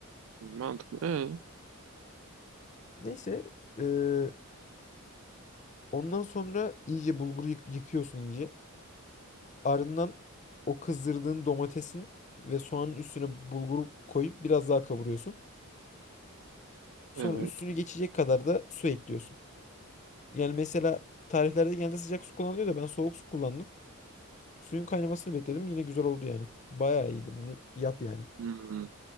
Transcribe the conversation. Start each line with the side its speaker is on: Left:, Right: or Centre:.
Right: Mantıklı. Ee,
Left: Neyse eee, ondan sonra iyice bulguru yık- yıkıyorsun iyice. Ardından o kızdırdığın domatesin ve soğanın üstüne bulguru koyup biraz daha kavuruyorsun. Sonra
Right: evet.
Left: üstünü geçecek kadar da su ekliyorsun. Yani mesela tariflerde genelde sıcak su kullanılıyor da ben soğuk su kullandım. Suyun kaynamasını bekledim. Yine güzel oldu yani. Bayağı iyiydi. Bunu yap yani.
Right: Hı hı.